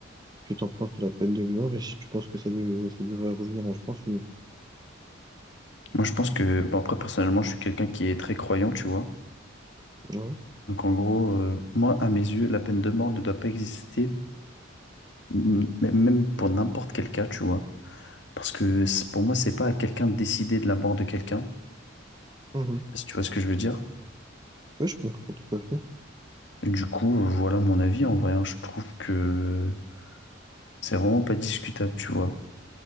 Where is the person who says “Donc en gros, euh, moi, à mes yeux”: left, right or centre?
Left